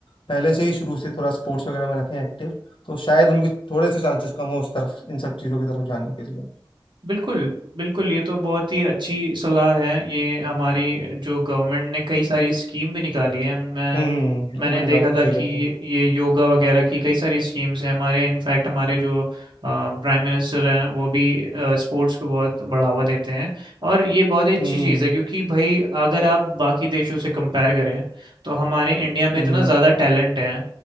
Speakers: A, on the left; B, on the right.
A: पहले से ही शुरू से थोड़ा स्पोर्ट्स वगैरह में रखें एक्टिव तो शायद उनके थोड़े से चांसेस कम हो उस तरफ इन सब चीजों की तरफ जाने के लिए
B: बिल्कुल बिल्कुल ये तो बहुत ही अच्छी सलाह है ये हमारी जो गवर्नमेंट ने कई सारी स्कीम भी निकाली है मैं
A: हम्म
B: मैंने
A: वो भी निकाली
B: देखा
A: हो
B: था
A: सही
B: कि
A: कह रहे हो
B: ये योगा वगैरह की कई सारी स्कीम्स हैं हमारे इनफैक्ट हमारे जो प्राइम मिनिस्टर हैं वो भी स्पोर्ट्स को बहुत बढ़ावा देते हैं और ये बहुत ही अच्छी
A: हम्म
B: चीज़ है क्योंकि भाई अगर आप बाकी देशों से कंपेयर करें तो हमारे इंडिया में
A: हम्म
B: इतना ज़्यादा टैलेंट है